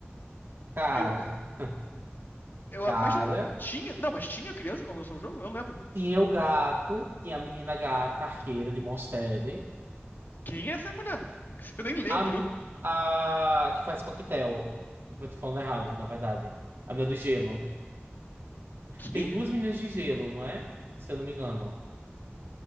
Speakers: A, on the right; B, on the left.
A: Cara.
B: Eu,
A: <laughs>
B: eu,
A: Cara.
B: mas não tinha, não, mas tinha criança quando lançou o jogo? Eu não lembro.
A: Tinha o gato, tinha a menina gata, arqueira de Monstead.
B: Quem é essa mulher? <laughs> Eu nem lembro.
A: A, a que faz coquetel. Eu tô falando errado, na verdade. A menina do gelo.
B: Que?
A: Tem duas meninas de gelo, não é? Se eu não me engano.